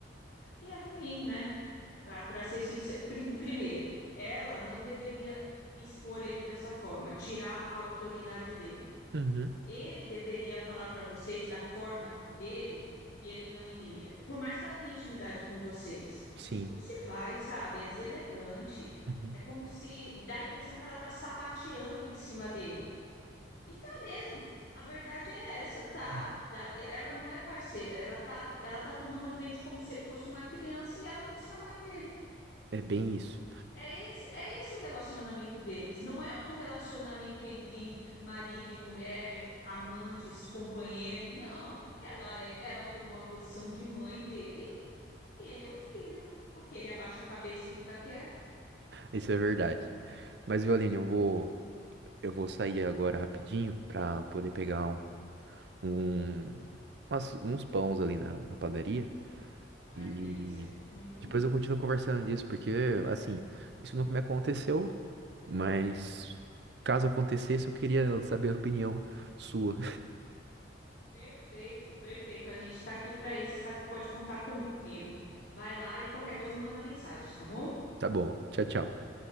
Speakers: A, on the left; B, on the right.
A: E é ruim, né? Para ser sincero, pri- primeiro, ela não deveria expor ele dessa forma, tirar a autoridade dele.
B: Uhum,
A: Ele deveria falar para vocês da forma dele que ele não iria. Por mais que ela tenha intimidade com vocês,
B: Sim,
A: isso não se faz, sabe? É deselegante.
B: uhum,
A: É como se dá a impressão que ela está sapateando em cima dele. E tá mesmo. A verdade é essa, tá,
B: uhum.
A: tá. Ela não é parceira, ela tá, ela tá tomando a frente como se ele fosse uma criança e ela fosse a mãe dele.
B: é bem isso.
A: É esse, é esse o relacionamento deles. Não é um relacionamento entre marido e mulher, amantes, companheiro, não. Ela é, ela tomou a posição de mãe dele e ele é o filho, porque ele abaixa a cabeça e fica quieto.
B: Isso é verdade. Mas, Violine, eu vou, eu vou sair agora rapidinho pra poder pegar um, um- umas- uns pães ali na, na padaria
A: Ai,
B: e.
A: que delícia. Uhum.
B: Depois eu continuo conversando disso, porque, assim, isso nunca me aconteceu Mas caso acontecesse, eu queria saber a opinião sua.
A: Perfeito, perfeito. A gente está aqui para isso. Você sabe que pode contar comigo. Vai lá e qualquer coisa me manda mensagem, tá bom?
B: Tá bom, tchau, tchau.